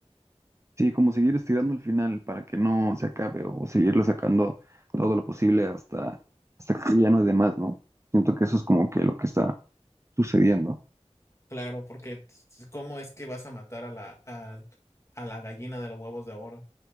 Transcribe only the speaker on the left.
Claro, porque s- ¿cómo es que vas a matar a la al- a la gallina de los huevos de oro?